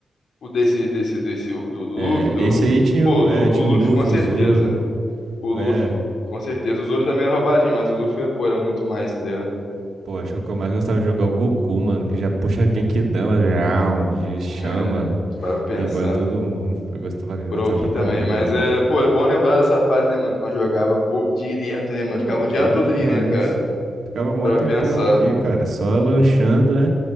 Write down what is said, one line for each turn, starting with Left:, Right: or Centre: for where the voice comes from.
Left: o desse desse desse do, do Luffy,
Right: É,
Left: do
Right: esse aí tinha,
Left: pô,
Right: o-
Left: do
Right: é,
Left: o
Right: tinha
Left: Luffy
Right: o Luffy,
Left: com certeza,
Right: o Zoro.
Left: mano. O Luffy,
Right: Ué.
Left: com certeza. O Zoro também era roubadinho, mas o Luffy, pô, era muito mais, tá ligado?
Right: Pô, acho que o que eu mais gostava de jogar é o Goku, mano, que já puxa Genkidama, já, de chama,
Left: É, se parar pra pensar.
Right: e engole todo mundo. Eu gostava, eu
Left: O
Right: gostava
Left: Broken
Right: pra
Left: também,
Right: caramba do
Left: mas
Right: Goku.
Left: é, pô, é bom lembrar dessa fase, né, mano, que nós jogava, pô, direto, né, mano?
Right: Pô,
Left: Ficava
Right: bom
Left: o dia todo
Right: demais.
Left: aí, né, cara?
Right: Ficava mó
Left: Pra
Right: tempão
Left: pensar.
Right: aqui, cara, só lanchando, né?